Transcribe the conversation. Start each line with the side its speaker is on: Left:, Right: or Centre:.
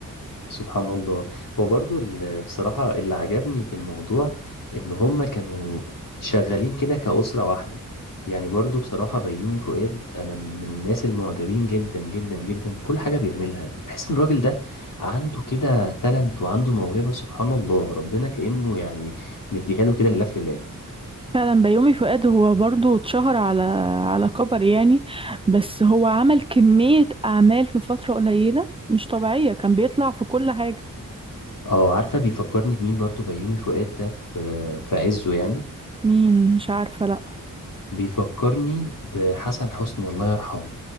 Left: سبحان الله. هو برضه ال بصراحة اللي عجبني في الموضوع إن هُم كانوا شغّالين كده كأسرة واحدة. يعني برضه بصراحة بيومي فؤاد أنا من الناس المعجبين جدًا، جدًا، جدًا بكل حاجة بيعملها. باحس إن الراجل ده عنده كده talent وعنده موهبة سبحان الله، ربنا كإنه يعني مدّيها له كده لله في لله.
Right: فعلا بيومي فؤاد هو برضو اتشهر على على كبر يعني بس هو عمل كمية اعمال في فترة قليلة مش طبيعية كان بيطلع في كل حاجة
Left: آه، عارفة بيفكّرني بمين برضه بيومي فؤاد ده في في عِزّه يعني؟
Right: مين مش عارفة لأ
Left: بيفكرني بحسن حسني الله يرحمه